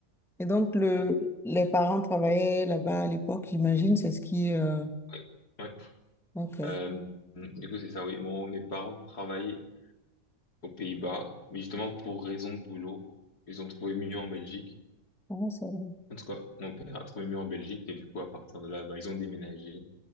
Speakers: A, in the centre; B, on the left.
A: Et donc, le,
B: Ouais.
A: les parents travaillaient là-bas à l'époque, j'imagine, c'est ce qui... euh,
B: Ouais. Ouais.
A: Ok.
B: Euh, du coup, c'est ça, oui. Bon, mes parents travaillaient aux Pays-Bas, mais justement, pour raison de boulot, ils ont trouvé mieux en Belgique.
A: Ah, ça va.
B: En tout cas, mon père a trouvé mieux en Belgique et du coup, à partir de là, bah, ils ont déménagé.